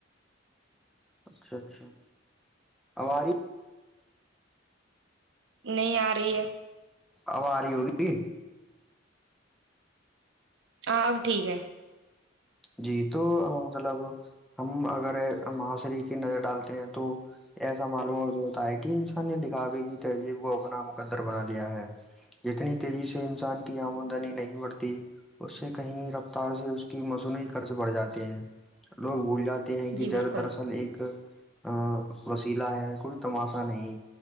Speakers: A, in the centre; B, on the right.
A: اچھا اچھا آاری
B: نہیں آ رہی ہے
A: آواریی ہوگی
B: <unintelligible>
A: جی تو مطلب ہم اگر ماشری کی نظر ڈالتے ہیں تو ایسا معلومات ہوتا ہے کہ انسان نے دکھاوے کی تہذیب کو اپنا مقدر بنا دیا ہے جتنی تیزی سے انسان کی آمدنی نہیں بڑھتی اس سے کہیں رفتار سے اس کی خرچ بڑھ جاتے ہیں لوگ بھول جاتے ہیں کہ
B: جی
A: جر
B: بالکل
A: دراصل ایک اوسیلا ہے کوئی تماشا نہیں